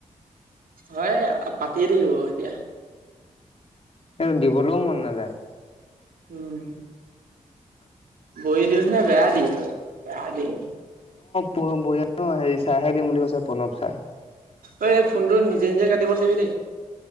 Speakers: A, on the right; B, on the left.
A: হয়ে, পাতিয়ে থাকিব এতিয়া।
B: সেইটো দিবলৈও মন নাযায়।
A: উম। বইৰি ন <unintelligible> জি <unintelligible>
B: <unintelligible> হেৰি চাৰে দিম বুলি কৈছে প্ৰণৱ চাৰে।
A: ঐ' এই এই ফোনটো নিজে নিজে কাটিব লাগিবি দেই।